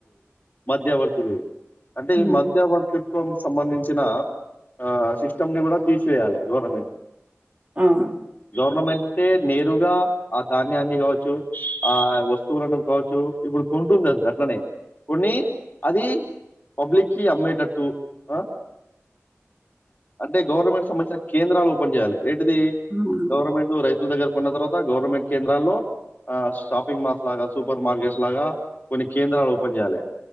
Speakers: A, on the left (about 35°); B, on the right (about 30°).
A: మధ్యవర్తులు అంటే ఈ
B: ఉమ్
A: మధ్యవర్తిత్వం సంబంధించిన ఆ సిస్టమ్ని కూడా తీసేయాలి గవర్నమెంట్
B: అవును
A: గవర్నమెంటే నేరుగా ఆ ధాన్యాన్ని కావచ్చు ఆ వస్తువులను కావచ్చు ఇప్పుడు కొంటుంది అది అట్లనే కొన్ని అది పబ్లిక్కిి అమ్మేటట్టు అ అంటే గవర్నమెంట్కి సంబంధించిన కేంద్రాలు ఓపెన్ చేయాలి ఏ టిది
B: అవును.
A: గవర్నమెంట్ రైతుల దగ్గర కొన్న తర్వాత గవర్నమెంట్ కేంద్రాల్లో ఆ షాపింగ్ మాల్స్, లాగా సూపర్ మార్కెట్స్, లాగా కొన్ని కేంద్రాలు ఓపెన్ చేయాలి